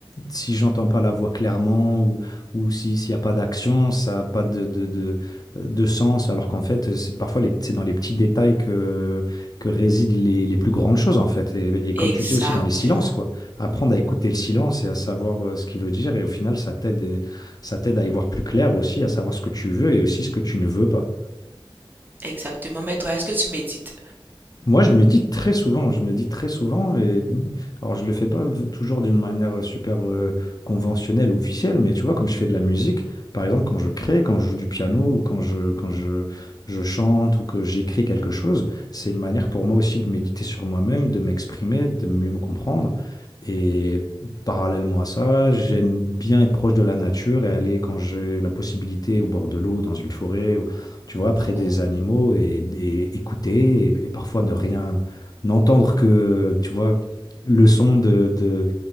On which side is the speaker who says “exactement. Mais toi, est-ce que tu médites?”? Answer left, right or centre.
Right